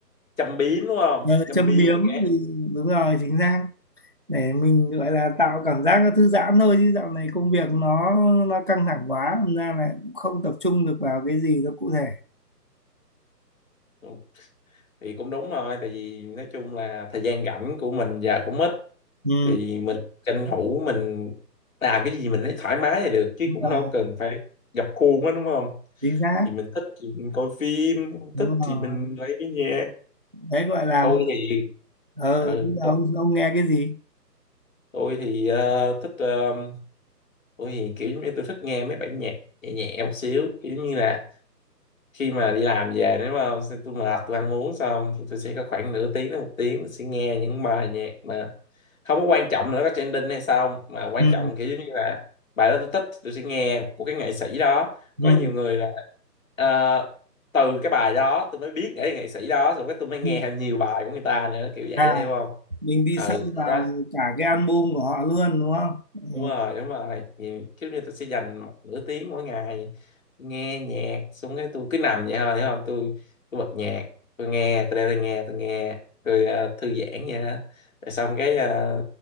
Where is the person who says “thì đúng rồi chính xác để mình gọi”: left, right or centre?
Right